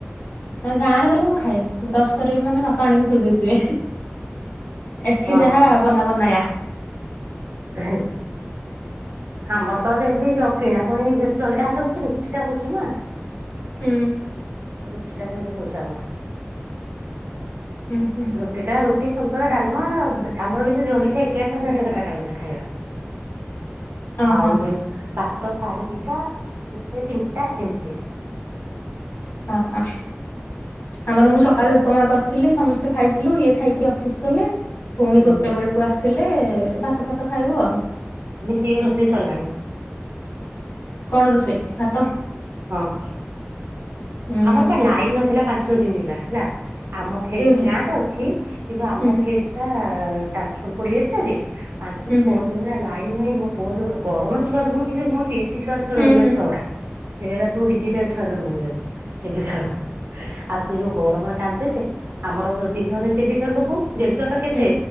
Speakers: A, on the left (about 65°); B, on the right (about 65°).
A: ମାନେ ଗାଁ ରେ ଗଲେ ମୁଁ ଖାଏ- ବ୍ରଶ କରିବି ମାନେ ବାପା ଆଣିକି ଥୋଇ ଦେଇଥିବେ, ଏଠି ଯାହା
B: ହଁ
A: ବନା ବନାୟା
B: ଏହେ ଆମର ତ ସେମିତି ଯ କିଣାକୁଣି ବେଶୀ ଜଳଖିଆ, ଆମର ବେଶୀ ରୁଟି ଟା ହଉଛି ନା
A: ହୁଁ
B: ରୁଟିଟା କିନ୍ତୁ ହଉଚି ଆମର
A: ଉଁ ହୁଁ
B: ରୁଟି ଟା ରୁଟି ସନ୍ତୁଳା ଡାଲମା ଆମର କିନ୍ତୁ ଜଳଖିଆ ଏଗାରଟା ସାଢ଼େ ଏଗାରଟା ଟାଇମରେ ଖାଇବା
A: ଓହୋ
B: ଆଉ, ଭାତ ସାଢେ ଦିଟା ଗୋଟେ ତିନିଟା ଏମିତି
A: ଓ ହଁ- ଆମର ମୁଁ ସକାଳେ ଉପମା କରିଥିଲି, ସମସ୍ତେ ଖାଇଥିଲୁ ଇଏ ଖାଇକିରି ଅଫିସ ଗଲେ- ପୁଣି
B: ହୁଁ
A: ଗୋଟେ ବେଳକୁ ଆସିଲେ, ଭାତ ଫାତ ଖାଇବୁ ଆଉ-
B: ମିଶିକି ରୋଷେଇ ସରିଲାଣି।
A: କଣ ରୋଷେଇ? ଭାତ
B: ହଁ-
A: ହୁଁ।
B: ଆମର ପା ଲାଇନ୍ ନଥିଲା ପାଞ୍ଚ ଦିନି ହେଲା, ହେଲା ଆମ ଫେଜ
A: ଏ ଭାଇ
B: ଗାଁରେ ଅଛି, କିନ୍ତୁ ଆମ
A: ହୁଁ
B: ଫେଜ ଟା ଟ୍ରାନ୍ସଫର ପୋଡି ଯାଇଥିଲା ଯେ ପାଞ୍ଚ
A: ହୁଁ
B: ଛଅ
A: ହୁଁ
B: ଦିନ ହେଲା ଲାଇନ ନାହିଁ ମୋ ପୁଅ ଯର ଗରମ ଛୁଆ ଦେଖୁ କେନ୍ତିହୁଅନ୍ତି ଏସିି ଛୁଆ ଛୁଆ
A: ହୁଁ
B: ରହିବା
A: ହୁଁ
B: ଛୁଆଗୁରା ହେରା ସବୁ ଡିଜିଟାଲ ଛୁଆ ଜନମ ହେଇଛନ୍ତି- ଏବେକାର ଆଉ ସେ ଯୋଉ ଗରମ କାନ୍ଦେଛ ଆମର ଦିନରେ ଜେଲିଟର ଲଗାଉ ଜେନେଟର ଟା କେତେ
A: ହୁଁ